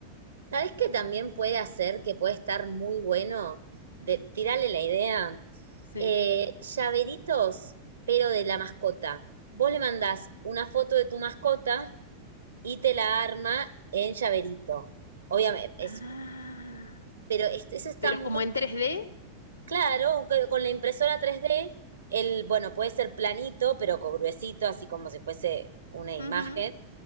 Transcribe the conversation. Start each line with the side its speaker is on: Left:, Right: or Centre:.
Right: ¿Sabés qué también puede hacer que puede estar muy bueno? De, tirarle la idea.
Left: Sí.
Right: Eh, llaveritos, pero de la mascota. Vos le mandás una foto de tu mascota y te la arma en llaverito. Obviamente, es,
Left: Ah,
Right: pero es- eso está
Left: pero
Right: muy
Left: como en tres d
Right: Claro, que con la impresora 3D, el, bueno, puede ser planito, pero co- gruesito, así como si fuese una imagen
Left: ujú,